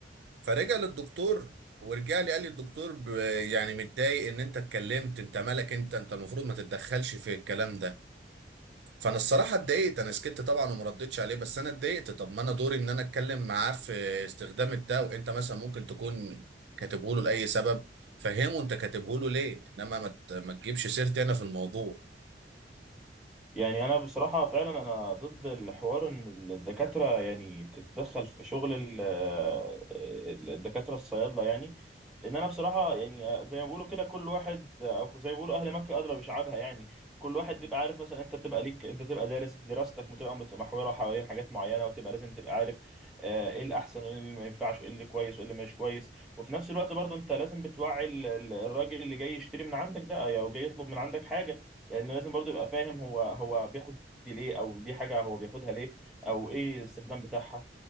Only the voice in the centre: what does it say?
يعني انا بصراحه فعلا انا ضد الحوار ان الدكاتره يعني تتدخل في شغل ال- ال- الدكاتره الصيادله يعني لان انا بصراحه يعني زي ما بيقولوا كده كل واحد او زي ما بيقولوا اهل مكه ادرى بشعابها يعني كل واحد بيبقى عارف مثلا انت بتبقى ليك انت بتبقى دارس دراستك بتبقى متمحوره حوالين حاجات معينه وتبقى لازم تبقى عارف آه، ايه الاحسن وايه اللي ما ينفعش وايه اللي كويس وايه اللي مش كويس وفي نفس الوقت برضه انت لازم بتوعي ال- ال- الراجل اللي جاي يشتري من عندك ده او جاي يطلب من عندك حاجه لان لازم برضو يبقى فاهم هو هو بياخد دي ليه او دي حاجه هو بياخدها ليه او ايه الاستخدام بتاعها